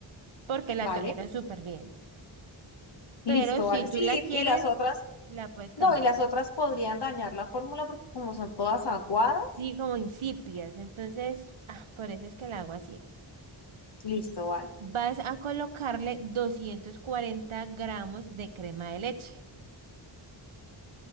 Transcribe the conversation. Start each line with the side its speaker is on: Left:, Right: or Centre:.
Right: porque la
Left: ¿vale?
Right: tolero súper bien.
Left: Listo,
Right: Pero si
Left: vale.
Right: tú
Left: Sí,
Right: la quieres,
Left: y las otras,
Right: la puedes cambiar.
Left: no, y las otras podrían dañar la fórmula porque como son todas aguadas,
Right: Sí, como incipias. Entonces, ah, por eso es que la hago así.
Left: listo, vale.
Right: Vas a colocarle 240 gramos de crema de leche.